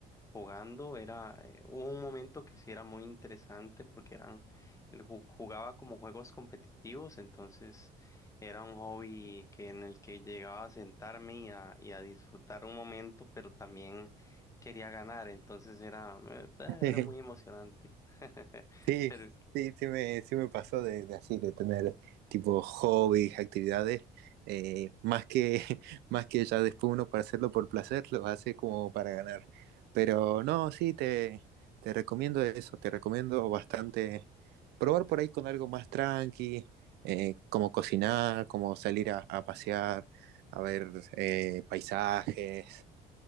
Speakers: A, on the left; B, on the right.
A: jugando era eh, hubo un momento que sí era muy interesante porque eran él ju- jugaba como juegos competitivos, entonces era un hobby que en el que llegaba a sentarme y a, y a disfrutar un momento, pero también quería ganar, entonces era eh, era
B: <laughs>
A: muy emocionante. <laughs>
B: Sí,
A: pero
B: sí, sí me, sí me pasó de, de así, de tener tipo hobbies, actividades, eh, más que, <laughs> más que ya después uno para hacerlo por placer, lo hace como para ganar. Pero no, sí, te, te recomiendo eso, te recomiendo bastante probar por ahí con algo más tranqui, eh, como cocinar, como salir a, a pasear, a ver eh, paisajes